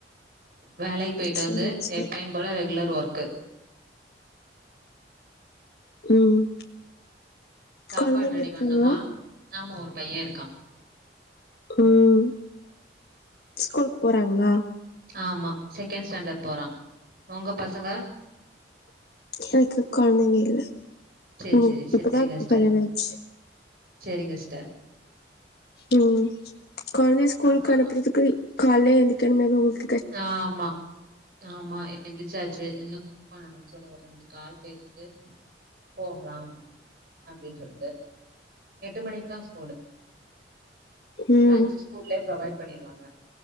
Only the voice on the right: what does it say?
வேலைக் பொயிட்டு
வந்து
எப்பயு போல ரெகுலர் ஒர்க்கு
சாப்பாடு
ரெடி
பண்ணுமா ஆமா ஒரு பையெ இருக்கா
ஆமா செகெண்ட் ஸ்டாண்டர்ட் போறா ஒங்க பசங்க
சேரி
சேரி சேரிங்க
சிஸ்டர்
சேரிங்க சிஸ்டர்
அப்பா
ஆமா ஆமா எந்திச்சாச்சு இன்னொ குக் பண்ணனு செரி ஒரு ரெண்டு கால் பேசிட்டு போகலாம் அப்டின் சொல்ட்டு எட்டு மணிக் தா ஸ்கூலு
லஞ்ச் ஸ்கூல்லயே ப்ரொவைட் பண்ணிருவாங்க